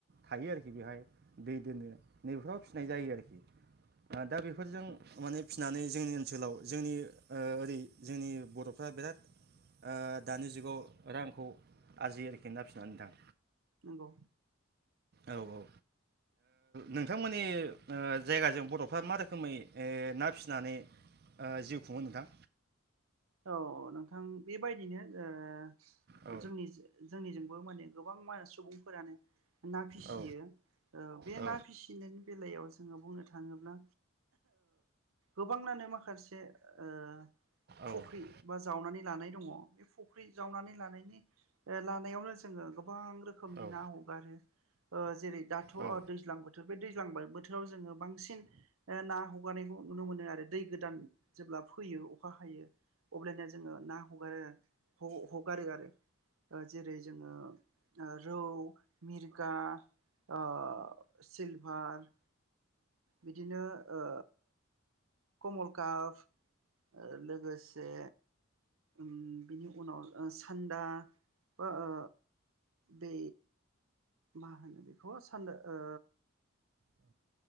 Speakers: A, on the right; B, on the right.
A: थायो आरोखि बेहाय दै दोननो नैबेफोराव फिसिनाय जायो आरोखि ओ दा बेफोरजों माने फिसिनानै जोंनि ओनसोलाव जोंनि ओ ओरै जोंनि बर'फ्रा बिराद ओ दानि जुगाव रांखौ आरजियो आरोखि ना फिसिनानै नोंथां।
B: नंगौ।
A: औ औ ओ नोंथांमोननि ओ जायगाजों बर'फ्रा मा रोखोमै ओ ना फिसिनानै ओ जिउ खुङो नोंथां?
B: औ नोंथां बेबायदिनो ओ
A: औ
B: जोंनि जो जोंनिजोंबो माने गोबां मा सुबुंफोरानो ना फिसियो
A: औ
B: ओ बे
A: औ
B: ना फिसिनायनि बेलायाव जो जोङो बुंनो थाङोब्ला गोबांनानो माखास ओ
A: औ
B: फख्रि बा जावनानै लानाय दङ बे फु फख्रि जावनानै लानायनि ओ लानायावनो जोङो गो गोबां रोखोमनि
A: औ
B: ना हगारो। ओ जेरै दाथ'
A: औ
B: दैज्लां बोथोर बे दैज्लां बा बो बोथोराव जोङो बांसिन ओ ना हगारनायखौ नुनो मोनो आरो। दै गोदान जेब्ला फोयो अखा हायो। अब्लानिया जोङो ना हगारो हगारो आरो ओ जेरै जोङो रौ मिर्गा ओ सिलभार बिदिनो ओ कमल काप ओ लोगोसे उम बिनि उनाव ओ सान्दा बा ओ बे मा होनो बेखौ सान्दा ओ
A: औ